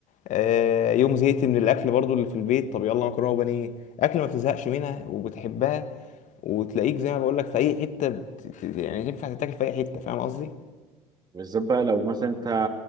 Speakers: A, on the left; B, on the right.
A: آه يوم زهقت من الاكل برضو اللي في البيت طب يلا مكرونه وبانيه اكل ما بتزهقش منها وبتحبها وتلاقيك زي ما بقول لك في اي حته بت... يعني تنفع تتاكل في اي حته فاهم قصدي
B: بالذات بقى لو مثلا انت